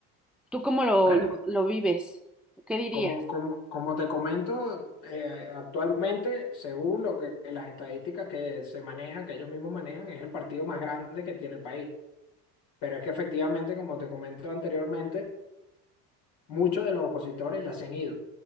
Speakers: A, in the centre; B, on the left (about 60°).
A: ¿Tú cómo lo,
B: Bueno,
A: lo, lo vives? ¿Qué dirías?
B: como, como, como te comento, eh, actualmente, según lo que las estadísticas que se manejan, que ellos mismos manejan, es el partido más grande que tiene el país. Pero es que efectivamente, como te comento anteriormente, muchos de los opositores ya se han ido.